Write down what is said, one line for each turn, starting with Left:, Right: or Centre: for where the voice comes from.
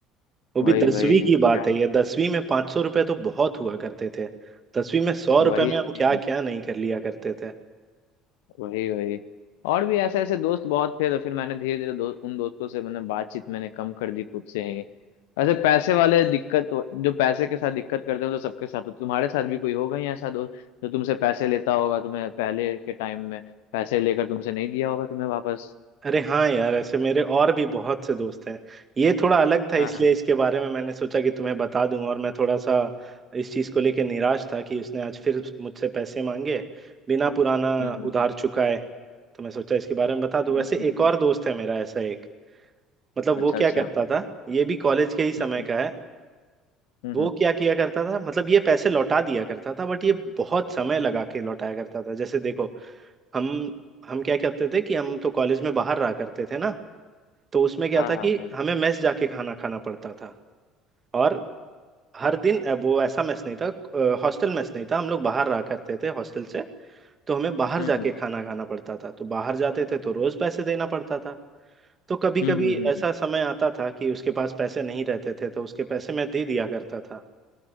Right: वो भी
Left: वही
Right: दसवीं
Left: वही
Right: की
Left: क्या
Right: बात
Left: है
Right: है ये दसवीं में पाँच सौ रुपये तो बहुत हुआ करते थे दसवीं में सौ
Left: वही
Right: रुपये में हम
Left: वही
Right: क्या क्या नहीं कर लिया करते थे
Left: वही वही और भी ऐसे ऐसे दोस्त बहुत थे तो फिर मैंने धीरे धीरे दो, उन दोस्तों से मैंने बातचीत मैंने कम कर दी खुद से ही ऐसे पैसे वाले दिक्कत जो पैसे के साथ दिक्कत करते हो तो सबके साथ तो तुम्हारे साथ भी कोई होगा ही ऐसा दोस्त जो तुमसे पैसे लेता होगा तुम्हें पहले के टाइम में पैसे लेकर तुमसे नहीं दिया होगा तुम्हें वापस
Right: अरे हाँ यार ऐसे मेरे और भी बहुत से दोस्त हैं ये थोड़ा अलग था इसलिए
Left: हाँ हाँ
Right: इसके बारे में मैंने सोचा कि तुम्हें बता दूं और मैं थोड़ा सा इस चीज़ को लेके निराश था कि उसने आज फिर मुझसे पैसे मांगे बिना पुराना
Left: हम्म
Right: उधार
Left: हम्म
Right: चुकाए तो मैं सोचा इसके बारे में बता दूं
Left: हम्म,
Right: वैसे
Left: हम्म, हम्म।
Right: एक और दोस्त है मेरा ऐसा एक मतलब
Left: अच्छा
Right: वो क्या
Left: अच्छा
Right: करता था ये भी कॉलेज के ही समय
Left: हम्म हम्म
Right: का है
Left: हम्म
Right: वो
Left: हम्म।
Right: क्या किया करता था मतलब ये पैसे लौटा दिया करता था बट ये बहुत समय लगा के लौटाया करता था जैसे देखो हम हम क्या करते थे कि हम तो कॉलेज में बाहर रहा करते थे ना तो उसमें क्या
Left: हाँ
Right: था कि
Left: हाँ हाँ
Right: हमें मेस जाके खाना खाना पड़ता था और हर दिन अ, वो ऐसा मेस नहीं था हॉस्टल मेस नहीं था हम लोग बाहर रहा करते थे हॉस्टल से तो हमें बाहर
Left: हम्म
Right: जाके
Left: हम्म
Right: खाना खाना पड़ता था तो बाहर जाते थे तो रोज पैसे देना पड़ता था तो कभी कभी
Left: हम्म हम्म हम्म,
Right: ऐसा
Left: हम्म,
Right: समय आता था कि उसके पास पैसे नहीं रहते थे तो उसके पैसे मैं दे दिया करता था